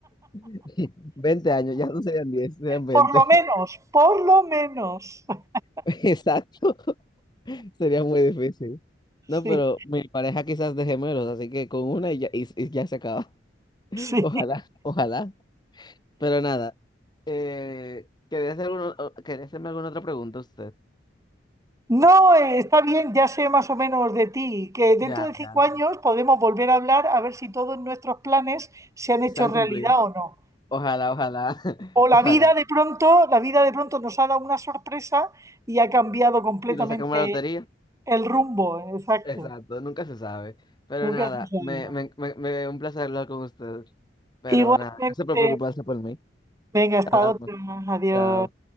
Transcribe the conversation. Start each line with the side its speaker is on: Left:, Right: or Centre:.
Left: <laughs> veinte años, ya no serían 10 serían 20,
Right: por lo menos, por lo menos. <laughs>
Left: <laughs> Exacto. Sería muy difícil. No,
Right: Sí,
Left: pero mi pareja quizás de gemelos, así que con una y ya, y- y ya se acaba. <laughs>
Right: sí.
Left: Ojalá, ojalá. Pero nada. Eh, ¿quería hacer alguno- o- quería hacerme alguna otra pregunta usted?
Right: No, eh, está bien, ya sé más o menos de ti, que dentro
Left: Ya,
Right: de cinco
Left: ya.
Right: años podemos volver a hablar a ver si todos nuestros planes se han hecho
Left: se han
Right: realidad
Left: cumplido.
Right: o no.
Left: Ojalá, ojalá, <laughs>
Right: O
Left: ojalá.
Right: la vida de pronto, la vida de pronto nos ha dado una sorpresa y ha cambiado completamente
Left: Y nos sacamos la lotería.
Right: el rumbo. Exacto.
Left: Exacto, nunca se sabe. Pero
Right: Nunca
Left: nada,
Right: se sabe.
Left: me, me, me, me- un placer hablar con ustedes. Pero
Right: Igualmente,
Left: nada, gracias por preocuparse por mí.
Right: Venga, hasta
Left: Hablamos.
Right: otra. Adiós.
Left: Chao.